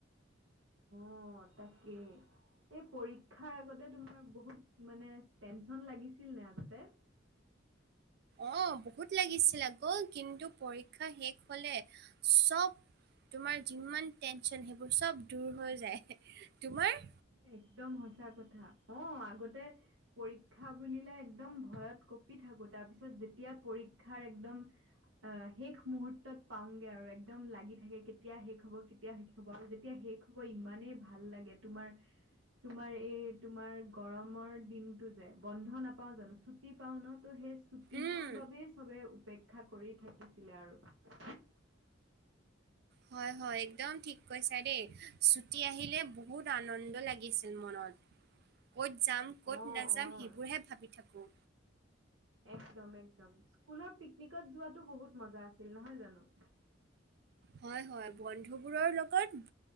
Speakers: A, on the right; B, on the right.
A: অ' তাকেই এই পৰীক্ষাৰ আগতে তোমাৰ বহুত মানে টেনচন লাগিছিল না আগতে?
B: অ' বহুত লাগিছিল আকৌ কিন্তু পৰীক্ষা শেষ হলে চব তোমাৰ যিমান টেনচন সেইবোৰ চব দূৰ হৈ যায় তোমাৰ
A: একদম সঁচা কথা অ' আগতে পৰীক্ষা বুলিলে একদম ভয়ত কপি <unintelligible> থাকো তাৰ পিছত যেতিয়া পৰীক্ষাৰ একদম অ' শেষ মুহূৰ্তত পাওগে আৰু একদম লাগি থাকে কেতিয়া শেষ হ'ব কেতিয়া শেষ হ'ব আৰু যেতিয়া শেষ ইমানেই ভাল লাগে তোমাৰ তোমাৰ এই তোমাৰ গৰমৰ দিনতটো যে বন্ধ নাপাও জানো? চুত ছুটি পাওন ত সেই ছুটিটোৰ
B: উম,
A: বাবেই চবেই অপেক্ষা কৰি থাকিছিলে আৰু
B: হয়, হয় একদম ঠিক কৈছা দেই। ছুটি আহিলে ব বহুত আনন্দ লাগিছিল মনত ক'ত যাম,
A: অ',
B: ক'ত নাযাম
A: অ',
B: সেইবোৰহে ভাবি থাকোঁ।
A: একদম, এক্দম স্কুলৰ পিকনিকত যোৱাতো বহুত মজা আছিল নহয় জানো?
B: হয়, হয় বন্ধুবোৰৰ লগত